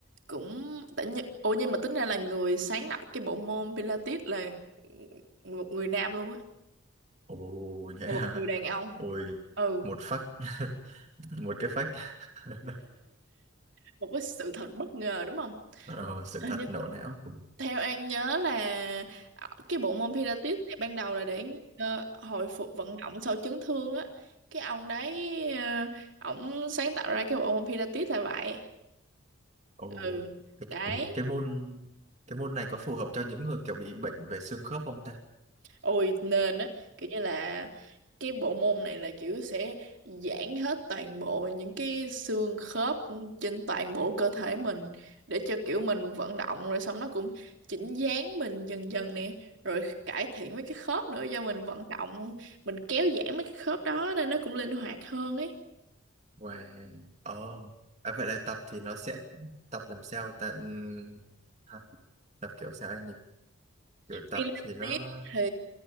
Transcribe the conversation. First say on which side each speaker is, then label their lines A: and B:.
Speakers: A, on the right; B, on the right.
A: cũng tại nhi- ủa nhưng mà tính ra là người sáng lập cái bộ môn Pilates là một người nam luôn á
B: Ồ, yeah.
A: là một người đàn ông
B: <laughs> Ôi,
A: ừ
B: một phát, <laughs> một cái phát, <laughs>
A: một cái sự thật bất ngờ đúng không?
B: ờ, sự
A: Hình
B: thật
A: như
B: nổ não.
A: theo An nhớ là ờ, cái bộ môn Pilates này ban đầu là để ờ, hồi phục vận động sau chấn thương á. Cái ông đấy ờ, ổng sáng tạo ra cái bộ môn Pilates là vậy.
B: Ồ,
A: Ừ.
B: cái,
A: Đấy.
B: cái môn cái môn này có phù hợp cho những người kiểu bị bệnh về xương khớp không ta?
A: Ôi nên á kiểu như là cái bộ môn này là kiểu sẽ giãn hết toàn bộ những cái xương khớp trên toàn bộ cơ thể mình để cho kiểu mình vận động rồi xong nó cũng chỉnh dáng mình dần dần nè rồi cải thiện mấy cái khớp nữa do mình vận động mình kéo giãn mấy cái khớp đó nên nó cũng linh hoạt hơn ấy
B: Và ờ à, vậy là tập thì nó sẽ tập làm sao ta Ừm, hả? tập kiểu sao anh nhỉ? Kiểu tập
A: khi lên
B: thì nó
A: tiếp thì